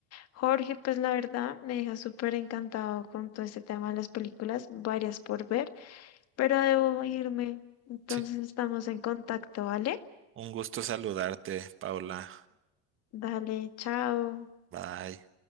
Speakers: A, on the left; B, on the right.
A: Jorge, pues la verdad me deja súper encantado con todo este tema de las películas, varias por ver, pero debo irme. Entonces
B: Sí.
A: estamos en contacto, ¿vale?
B: Un gusto saludarte, Paula.
A: Dale, chao.
B: Bye.